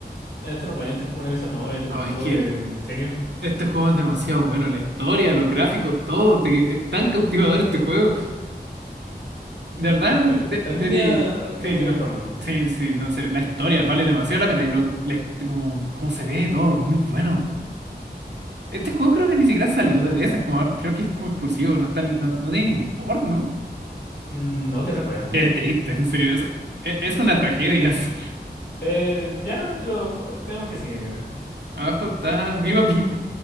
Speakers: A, on the left (about 85°); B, on the right (about 80°).
A: Esto no cuenta, es como una visual novel, como
B: Ay,
A: un juego
B: es que
A: de misterio.
B: Este juego es demasiado bueno, la historia, los gráficos, todo, te- es tan cautivador este juego. De verdad,
A: Al-
B: de,
A: algún
B: debería-
A: día, algún
B: sí,
A: día
B: no,
A: voy a jugarlo.
B: sí, sí, no, en serio, la historia vale demasiado la pena y lo, la- como, cómo se ve todo, es muy bueno. Este juego creo que ni siquiera salió de DS, como, ahora- creo que es como exclusivo, no, está ni- no, no tiene ningún port, ¿no?
A: Mm, No que recuerde.
B: Qué triste, en serio, eso es- es una tragedia. <laughs>
A: Eh, ya, pero eh, veamos el que sigue.
B: Abajo está Viva Pi-